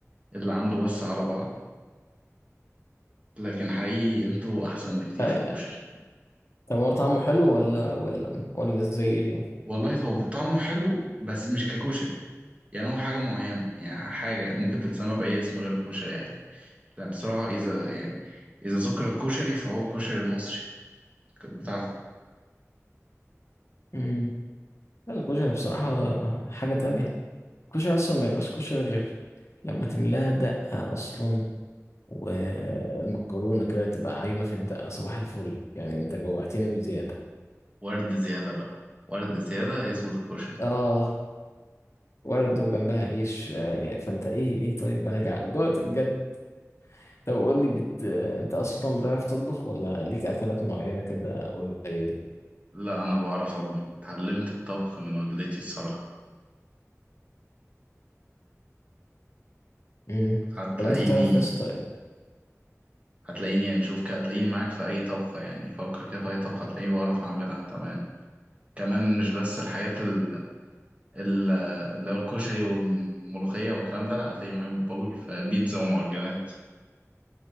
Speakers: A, on the right; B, on the left.
A: اللي عنده بس على بعض لكن حقيقي انتوا أحسن بكتير
B: لا
A: في الكشري
B: يعني طب هو طعمه حلو ولا ولا ولا ازاي يعني
A: والله هو طعمه حلو بس مش ككشري يعني هو حاجة معينة يعني حاجة ممكن تتسمى بأي اسم غير الكشري عادي لأن الصراحة إذا يعني إذا ذكر الكشري فهو الكشري المصري كان بتاعكم
B: مم. لا الكشري بصراحة حاجة تانية الكشري أصلا ما يبقاش كشري غير لما تملاها دقة أصلا والمكرونة كده تبقى عايمة في الدقة صباح الفل يعني أنت جوعتني بزيادة
A: ورد زيادة بقى ورد زيادة يظبط الكشري
B: آه ورد وجنبها عيش آه، فأنت إيه إيه طيب أنا جع- جوعت بجد طب قول لي بت... أنت أصلا بتعرف تطبخ ولا ليك أكلات معينة كده قليلة؟
A: لا أنا بعرف أطبخ اتعلمت الطبخ من والدتي الصراحة
B: مم.
A: هتلاقيني
B: طب أنت تعرف يا اسطى
A: هتلاقيني يعني شوف كده هتلاقيني معاك في أي طبخة يعني فكر كده في أي طبخة هتلاقيني بعرف أعملها تمام كمان مش بس الحاجات ال ال- اللي هو الكشري والملوخية والكلام ده لا هتلاقيني معاك بقول في بيتزا ومعجنات